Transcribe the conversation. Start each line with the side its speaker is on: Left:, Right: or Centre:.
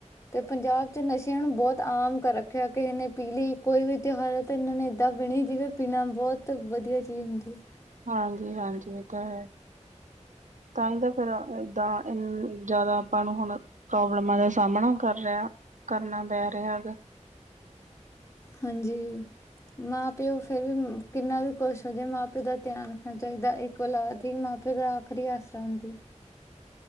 Left: ਤੇ ਪੰਜਾਬ 'ਚ ਨਸ਼ਿਆਂ ਨੂੰ ਬੋਤ ਆਮ ਕਰ ਰੱਖਿਆ ਕਿ ਏਨੇ ਪੀਲੀ। ਕੋਈ ਵੀ ਤਿਉਹਾਰ ਹੈ ਤਾਂ ਇਹਨਾਂ ਨੇ ਏਦਾਂ ਪੀਣੀ ਜਿਵੇਂ ਪੀਨਾ ਬੋਤ ਵਧੀਆ ਚੀਜ਼ ਹੁੰਦੀ।
Right: ਹਾਂਜੀ-ਹਾਂਜੀ, ਏ ਤਾਂ ਹੈ। ਤਾਂ ਹੀ ਤਾਂ ਫੇਰ ਏਦਾਂ ਜਾਦਾ ਆਪਾਂ ਨੂੰ ਹੁਨ ਪ੍ਰੋਬਲਮਾਂ ਦਾ ਸਾਹਮਣਾ ਕਰ ਰਿਹਾ, ਕਰਨਾ ਪੈ ਰਿਹਾ ਹੈਗਾ।
Left: ਹਾਂਜੀ‌। ਮਾਂ ਪਿਓ ਫੇਰ ਵੀ ਕਿੰਨਾ ਵੀ ਕੁੁਸ਼ ਹੋ ਜੇ, ਮਾਂ ਪਿਓ ਦਾ ਧਿਆਨ ਰੱਖਣਾ ਚਾਹੀਦਾ। ਕੋਲਾਦ ਈ ਮਾਂ ਪਿਓ ਦਾ ਆਖਰੀ ਆਸਰਾ ਹੁੰਦੀ।